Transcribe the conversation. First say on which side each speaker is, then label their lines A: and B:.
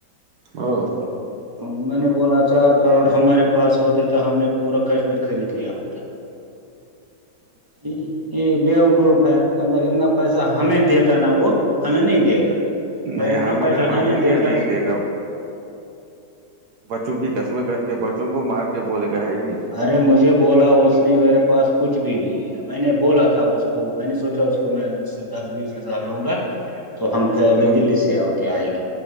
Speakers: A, on the right; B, on the right.
A: ہو
B: تو میں نے بولا چار کروڑ ہمارے پاس ہوتے تو ہم نے پورا کشمیر خرید لیا ہوتا یہ یہ بےوقوف ہے اگر اتنا پیسہ ہمیں دیتا نا وہ ہمیں نہیں دے گا
A: نہیں
B: اگر اتنا
A: ہم
B: پیسہ
A: مانگیں
B: ہے د
A: گے نہیں
B: س ہ
A: دے گا بچوں کی کسمیں کر کے بچوں کو مار کے بولے گا ہے ہی نہیں
B: ارے مجھے بولا اس نے میرے پاس کچھ بھی نہیں میں نے بولا تھا اس کو میں نے سوچا اس کو میں اس سے دس بیس ہزار لوں گا تو ہم پہلے
A: ہوں
B: دلی سے ہو کے آئیں گے